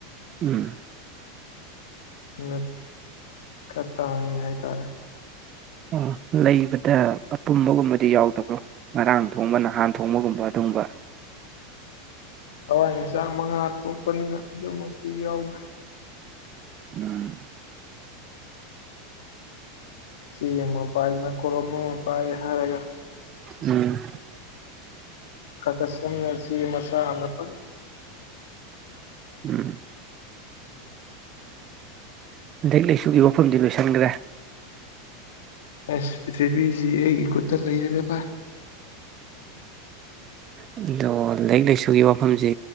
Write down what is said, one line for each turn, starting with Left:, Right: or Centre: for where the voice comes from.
Right: ꯎꯝ
Left: ꯅꯠ ꯈꯔ ꯇꯥꯡꯉꯤ ꯍꯥꯏꯇꯥꯔꯦ
Right: ꯎꯝ ꯂꯩꯕꯗ ꯑꯄꯨꯝꯕꯒꯨꯝꯕꯗꯤ ꯌꯥꯎꯗꯕ꯭ꯔꯣ ꯉꯔꯥꯡ ꯊꯣꯡꯕ ꯅꯍꯥꯟ ꯊꯣꯡꯕꯒꯨꯝꯕ ꯑꯗꯨꯒꯨꯝꯕ
Left: ꯊꯋꯥꯏꯃꯤꯆꯥꯛ ꯃꯉꯥ ꯊꯣꯛꯄꯅꯤꯅ ꯑꯗꯨꯃꯛꯇꯤ ꯌꯥꯎꯗ꯭ꯔꯦ
Right: ꯎꯝ
Left: ꯆꯦ ꯑꯃ ꯄꯥꯏꯗꯅ ꯀꯣꯂꯣꯝ ꯑꯃ ꯄꯥꯏ ꯍꯥꯏꯔꯒ
Right: ꯎꯝ
Left: ꯈꯔꯒ ꯈꯔꯒ <unintelligible> ꯃꯆꯥ ꯑꯝꯗ <inaudible>
Right: ꯎꯝ ꯂꯥꯏꯔꯤꯛ ꯂꯥꯏꯁꯨꯒꯤ ꯋꯥꯐꯝꯗꯤ ꯂꯣꯏꯁꯟꯒ꯭ꯔꯦ
Left: ꯑꯁ ꯄ꯭ꯔꯤꯊꯤꯕꯤꯁꯤ ꯑꯩꯒꯤ ꯈꯨꯠꯇ ꯂꯩꯔꯦꯅꯦ ꯚꯥꯏ
Right: ꯑꯗꯣ ꯂꯥꯏꯔꯤꯛ ꯂꯥꯏꯁꯨꯒꯤ ꯋꯥꯐꯝꯖꯤ